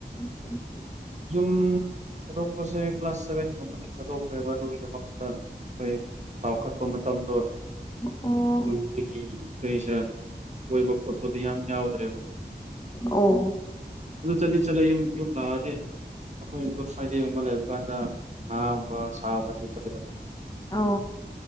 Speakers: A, on the left; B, on the right.
A: ꯎꯝ
B: ꯌꯨꯝ ꯊꯥꯗꯣꯛꯄꯁꯦ ꯀ꯭ꯂꯥꯁ ꯁꯚꯦꯟꯒꯨꯝꯕꯗꯒꯤ ꯊꯥꯗꯣꯛꯈ꯭ꯔꯦꯕ ꯑꯗꯨꯒꯤꯗꯃꯛꯇ ꯑꯩꯈꯣꯏ ꯆꯥꯎꯈꯠꯄ ꯃꯇꯝꯗꯣ
A: ꯑꯣ
B: ꯈꯨꯟꯗꯒꯤ ꯀꯔꯤꯁꯤꯔꯥ ꯀꯣꯏꯕ ꯈꯣꯠꯄꯗꯨ ꯌꯥꯝ ꯌꯥꯎꯗ꯭ꯔꯦꯕ
A: ꯑꯣ
B: ꯑꯗꯨ ꯆꯂꯤ ꯆꯂꯨꯝ ꯌ ꯂꯗꯦ ꯑꯩꯈꯣꯏ ꯒꯨꯗ ꯐ꯭ꯔꯥꯏꯗꯦꯒꯨꯝꯕ ꯂꯩꯕ ꯀꯥꯟꯗ ꯉꯥꯒꯨꯝꯕ ꯁꯥꯒꯨꯝꯕ ꯊꯦꯡ ꯆꯠꯂꯦꯗꯅ
A: ꯑ